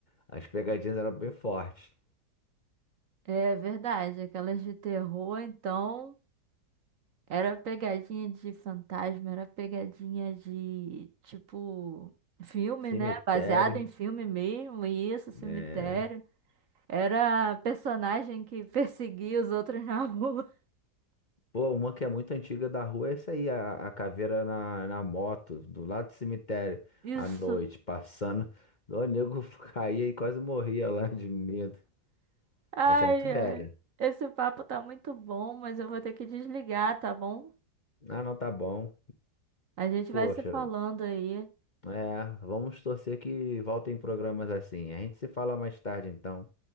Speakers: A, on the left; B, on the right.
A: As pegadinhas eram bem fortes.
B: É verdade, aquelas de terror, então, era pegadinha de fantasma, era pegadinha de, tipo, filme,
A: Cemitério,
B: né? Baseado em filme mesmo, isso, cemitério.
A: né?
B: Era a personagem que <laughs> perseguia os outros na rua.
A: Pô, uma que é muito antiga da rua é essa aí, a, a caveira na, na moto, do lado do cemitério,
B: <laughs> Isso.
A: à noite, passando. O nego <laughs> caía e quase morria lá de medo.
B: Ai,
A: Essa é muito velha.
B: ai. Esse papo tá muito bom, mas eu vou ter que desligar, tá bom?
A: Ah, não, tá bom.
B: A gente vai
A: Poxa,
B: se falando aí.
A: é, vamos torcer que voltem programas assim. A gente se fala mais tarde, então.